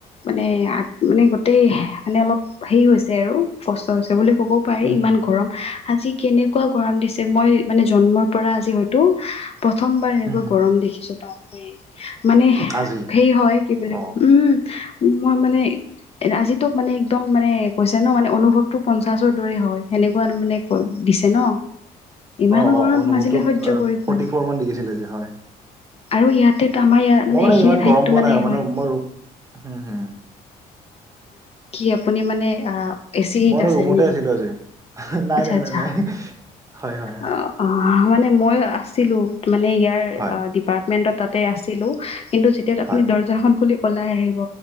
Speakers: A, on the left (about 35°); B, on the right (about 20°).
A: মানে মানে গোটেই মানে অলপ সেই হৈছে আৰু কষ্ট হৈছে বুলি ক'ব পাৰি,
B: হুম
A: ইমান
B: হুম
A: গৰম আজি কেনেকুৱা গৰম দিছে, মই মানে জন্মৰ পৰা আজি হয়তো প্ৰথমবাৰ এনেকুৱা
B: হুম হুম
A: গৰম দেখিছো বাপৰে। মানে
B: আজি
A: সেই হয় কি বুলি
B: অ
A: উম মই মানে এ আজিতোক মানে একদম মানে কৈছে ন মানে অনুভৱটো পঞ্চাশৰ দৰে হয়। সেনেকুৱা মানে দিছে ন। ইমান
B: অ
A: গৰম
B: অ অনুভৱটো
A: আজিলে সহ্য কৰি পোৱা
B: ফৰ্টি
A: নাই।
B: ফ'ৰ মান দি আছিলে আজি হয়
A: আৰু ইয়াত তে আমাৰ ইয়াৰ মানে
B: মই
A: এইখিনি
B: ইমান
A: ঠাইতো
B: গৰম পোৱা
A: মানে
B: নাই
A: হয়‌।
B: মই ৰুম হুম হুম
A: কি আপুনি মানে আ, এ চিত
B: মই মানে
A: আছে
B: ৰুমতে
A: নেকি,
B: আছিলোঁ আজি নাই
A: আত্চ্ছা
B: নাই
A: আত্চ্ছা
B: নাই নাই হয় হয় হয়
A: অ অ। মানে মই আছিলোঁ মানে ইয়াৰ
B: হয়
A: ডিপাৰ্টমেণ্টত তাতে আছিলোঁ কিন্তু যেতিয়াত আপুনি
B: হয়
A: দৰ্জাখন খুলি অলাই আহিব